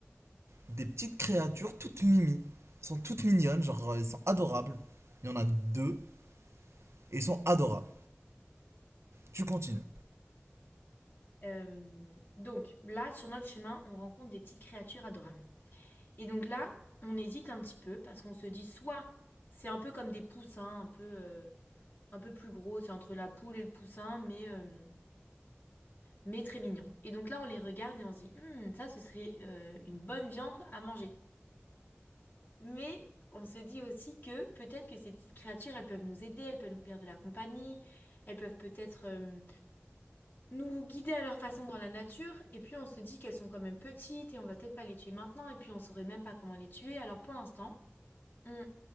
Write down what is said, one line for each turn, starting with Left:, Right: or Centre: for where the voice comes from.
Right: des petites créatures toutes mimi. Elles sont toutes mignonnes, genre, euh, elles sont adorables. Il y en a deux, et elles sont adorables. Tu continues.
Left: Euh, donc là, sur notre chemin, on rencontre des petites créatures adorables. Et donc là, on hésite un petit peu parce qu'on se dit soit c'est un peu comme des poussins, un peu, euh, un peu plus gros, c'est entre la poule et le poussin, mais, euh, mais très mignon. Et donc là, on les regarde et on se dit, Hmm, ça, ce serait euh, une bonne viande à manger. Mais on se dit aussi que peut-être que ces petites créatures, elles peuvent nous aider, elles peuvent nous faire de la compagnie, elles peuvent peut-être... euh, nous guider à leur façon dans la nature, et puis on se dit qu'elles sont quand même petites et on va peut-être pas les tuer maintenant, et puis on saurait même pas comment les tuer. Alors pour l'instant, on